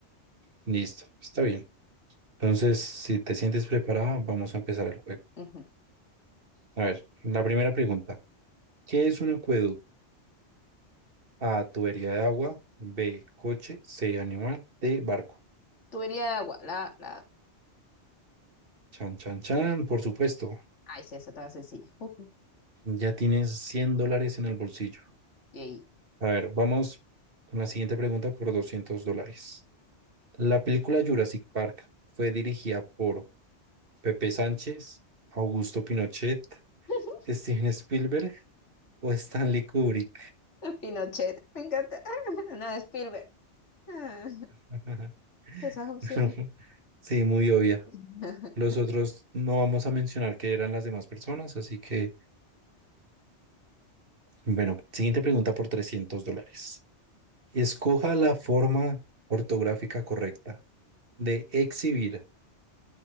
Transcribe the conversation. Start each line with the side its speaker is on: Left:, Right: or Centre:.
Right: Listo, está bien. Entonces, si te sientes preparada, vamos a empezar el juego.
Left: Ujú.
Right: A ver, la primera pregunta. ¿Qué es un acueducto? A, tubería de agua. B, coche. C, animal. D, barco.
Left: Tú irías de agua. La, la...
Right: Chan, chan, chan, por supuesto.
Left: Ay, sí, esa estaba sencilla. Ujú.
Right: Ya tienes 100 dólares en el bolsillo.
Left: Yay.
Right: A ver, vamos con la siguiente pregunta por 200 dólares. La película Jurassic Park fue dirigida por Pepe Sánchez, Augusto Pinochet,
Left: <laughs>
Right: <laughs> Steven Spielberg o Stanley Kubrick.
Left: Pinochet. Me encanta. <laughs> No, Spielberg. Ah,
Right: <laughs>
Left: Esas opciones.
Right: No, Sí, muy obvia.
Left: <laughs>
Right: Los otros no vamos a mencionar que eran las demás personas, así que Bueno, siguiente pregunta por 300 dólares. Escoja la forma ortográfica correcta de exhibir.